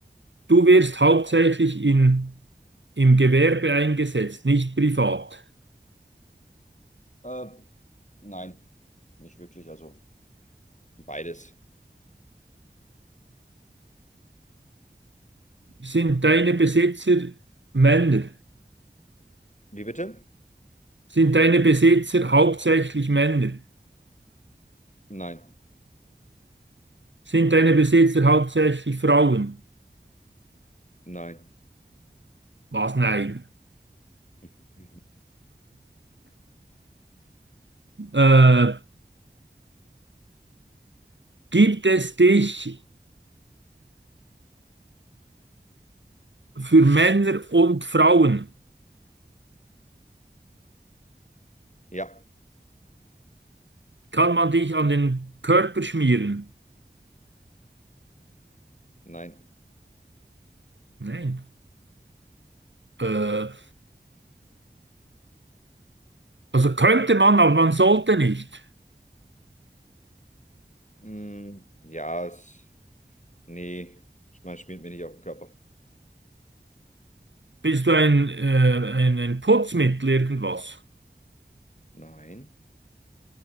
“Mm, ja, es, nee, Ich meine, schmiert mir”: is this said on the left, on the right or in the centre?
Left